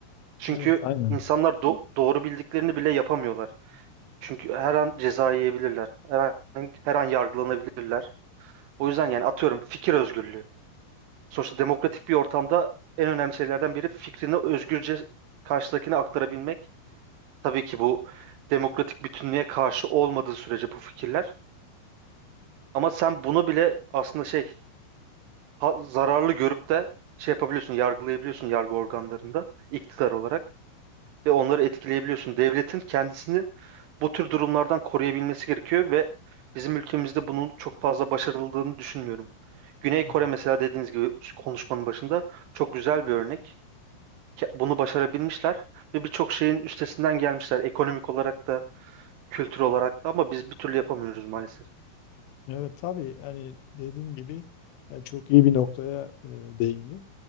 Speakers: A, on the right (about 80°); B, on the left (about 75°).
A: Çünkü
B: Evet. Aynen.
A: insanlar do- doğru bildiklerini bile yapamıyorlar. Çünkü her an ceza yiyebilirler. Her an, her an yargılanabilirler. O yüzden yani atıyorum fikir özgürlüğü. Sonuçta demokratik bir ortamda en önemli şeylerden biri fikrini özgürce karşıdakine aktarabilmek. Tabii ki bu demokratik bütünlüğe karşı olmadığı sürece bu fikirler. Ama sen bunu bile aslında şey ha- zararlı görüp de şey yapabiliyorsun, yargılayabiliyorsun yargı organlarında iktidar olarak ve onları etkileyebiliyorsun. Devletin kendisini bu tür durumlardan koruyabilmesi gerekiyor ve bizim ülkemizde bunun çok fazla başarıldığını düşünmüyorum. Güney
B: Evet
A: Kore mesela dediğiniz gibi konuşmanın başında çok güzel bir örnek. ke- bunu başarabilmişler ve birçok şeyin üstesinden gelmişler ekonomik olarak da kültür olarak da ama biz bir türlü yapamıyoruz maalesef.
B: Evet, tabii hani dediğim gibi yani çok iyi bir noktaya e, değindin.